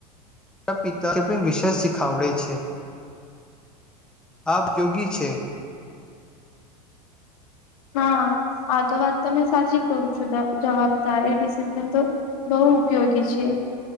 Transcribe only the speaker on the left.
હા આ તો વાત તમે સાચી કહું છું જવાબદારી ડિસિપ્લિન તો બહુ ઉપયોગી છે